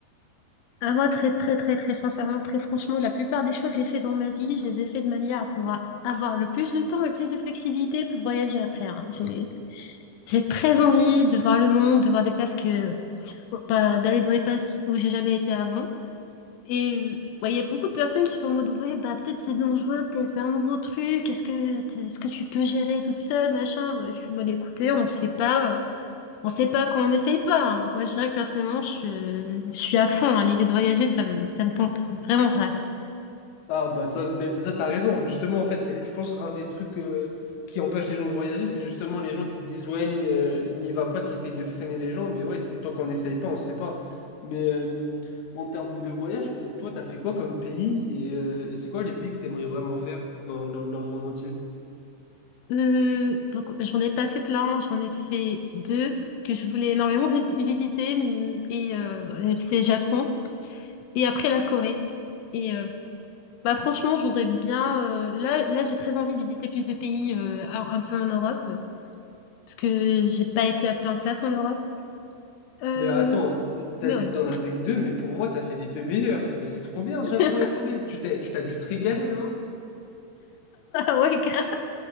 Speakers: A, on the left; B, on the left.
A: Ah, moi, très, très, très, très sincèrement, très franchement, la plupart des choix que j'ai fait dans ma vie, je les ai faits de manière à pouvoir avoir le plus de temps, le plus de flexibilité pour voyager après. hein. J'ai, j'ai très envie de voir le monde, de voir des places que, oh, bah, d'aller dans des places où j'ai jamais été avant. Et euh, ouais, il y a beaucoup de personnes qui sont en mode, ouais, bah, peut-être c'est dangereux, peut-être c'est un nouveau truc, est-ce que, est-ce que tu peux gérer toute seule, machin. Ouais, je suis en mode, écoutez, on sait pas. On sait pas quand on n'essaye pas. hein. Donc moi, je dirais que personnellement, je, je suis à fond. hein. L'idée de voyager, ça me, ça me tente vraiment grave.
B: Ah bah ça, mais ça t'as raison. Justement, en fait, les- je pense un des trucs euh, qui empêche les gens de voyager, c'est justement les gens qui disent ouais, n'y euh, n'y va pas, qui essayent de freiner les gens. Mais ouais, t- tant qu'on n'essaye pas, on sait pas. Mais euh, en termes de voyage, t- toi, t'as fait quoi comme pays et, euh, et c'est quoi les pays que t'aimerais vraiment faire dans, dans, dans le monde entier?
A: Euh, donc j'en ai pas fait plein, j'en ai fait deux que je voulais énormément vis- visiter m- et euh, euh, c'est le Japon et après la Corée. Et euh, bah franchement, je voudrais bien. euh, là, là, j'ai très envie de visiter plus de pays euh, un, un peu en Europe euh, parce que j'ai pas été à plein de places en Europe. Euh,
B: Mais attends, t- t'as
A: mais
B: dit
A: ouais,
B: t'en as fait que deux, mais pour moi, t'as fait les deux meilleurs. Mais c'est trop bien, Japon
A: <laughs>
B: et Corée. Tu t'es, tu t'as dû te régaler, hein.
A: ouais, grave.